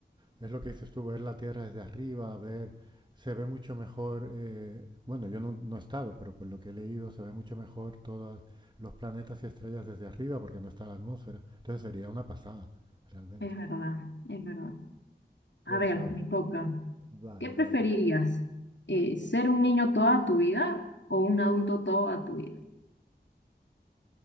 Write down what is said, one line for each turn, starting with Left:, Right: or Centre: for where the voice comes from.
Right: Es lo que dices tú, ver la Tierra desde arriba, ver, se ve mucho mejor, eh, bueno, yo no, no he estado, pero por lo que he leído, se ve mucho mejor todos los planetas y estrellas desde arriba porque no está la atmósfera. Entonces sería una pasada, realmente.
Left: Es verdad, es verdad. A
Right: Pues,
Left: ver,
Right: ah,
Left: me toca.
Right: vale,
Left: ¿Qué preferirías?
Right: a ver.
Left: Eh, ¿ser un niño toda tu vida o un adulto toda tu vida?